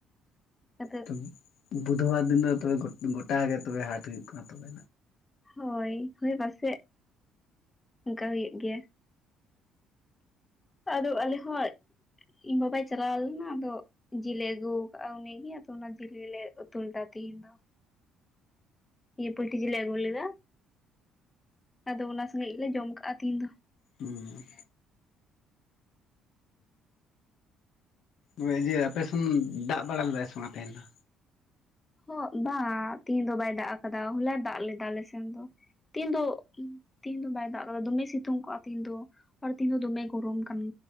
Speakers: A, on the left; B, on the left.
A: ᱟᱫᱚ
B: ᱛᱚ ᱵᱩᱫᱷᱵᱟᱨ ᱫᱤᱱ ᱫᱚ ᱛᱚᱵᱮ ᱜᱚᱴᱟ ᱜᱮ ᱛᱚᱵᱮ ᱦᱟᱴ ᱦᱩᱭᱩᱜ ᱠᱟᱱᱟ ᱛᱚᱵᱮ
A: ᱦᱳᱭ ᱦᱳᱭ ᱯᱟᱥᱮᱫ ᱚᱱᱠᱟ ᱦᱩᱭᱩᱜ ᱜᱮᱭᱟ ᱟᱫᱚ ᱟᱞᱮ ᱦᱚᱸ ᱤᱧ ᱵᱟᱵᱟᱭ ᱪᱟᱞᱟᱣ ᱞᱮᱱᱟ ᱟᱫᱚ ᱡᱤᱞ ᱮ ᱟᱹᱜᱩ ᱟᱠᱟᱫᱟ ᱩᱱᱤᱜᱮ ᱟᱫᱚ ᱚᱱᱟ ᱡᱤᱞ ᱜᱮᱞᱮ ᱩᱛᱩ ᱞᱮᱫᱟ ᱛᱮᱦᱤᱧ ᱫᱚ ᱤᱭᱟᱹ ᱯᱩᱞᱴᱤ ᱡᱮᱞ ᱞᱮ ᱟᱹᱜᱩ ᱞᱮᱫᱟ, ᱟᱫᱚ ᱚᱱᱟ ᱥᱚᱸᱜᱮᱜ ᱜᱮᱞᱮ ᱡᱚᱢ ᱠᱟᱜ-ᱟ ᱛᱮᱦᱤᱧ ᱫᱚ᱾
B: ᱦᱩᱸ, ᱦᱳ ᱡᱮ ᱟᱯᱮ ᱥᱮᱱ ᱫᱟᱜ ᱵᱟᱲᱟ ᱞᱮᱫᱟᱭ ᱥᱮ ᱵᱟᱝ ᱟ ᱛᱮᱦᱮᱧ ᱫᱚ?
A: ᱦᱚᱜ ᱵᱟ᱾ ᱛᱮᱦᱤᱧ ᱫᱚ ᱵᱟᱭ ᱫᱟᱜ ᱟᱠᱟᱫᱟ ᱦᱚᱞᱟᱭ ᱫᱟᱜ ᱞᱮᱫᱟ ᱟᱞᱮ ᱥᱮᱱ ᱫᱚ᱾ ᱛᱤᱦᱤᱧ ᱫᱚ ᱛᱤᱦᱤᱧ ᱫᱚ ᱵᱟᱭ ᱫᱟᱜ ᱠᱟᱫᱟ ᱫᱚᱢᱮ ᱥᱤᱛᱩᱝ ᱠᱚᱜᱼᱟ ᱛᱮᱦᱮᱧ ᱫᱚ ᱟᱨ ᱛᱮᱦᱮᱧ ᱫᱚᱢᱮ ᱜᱚᱨᱚᱢ ᱠᱟᱱᱟ